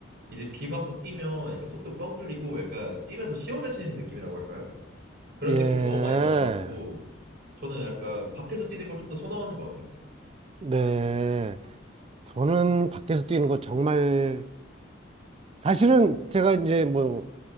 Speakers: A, on the right (about 60°); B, on the right (about 30°).
A: 이제 비 맞고 뛰면 약간 속도 뻥 뚫리고 약간 뛰면서 시원해지는 느낌이라고 할까요? 그런
B: 예,
A: 느낌을 너무 많이 받아가지고 저는 약간 밖에서 뛰는 걸 좀 더 선호하는 것 같아요.
B: 네. 저는 밖에서 뛰는 거 정말 사실은 제가 이제 뭐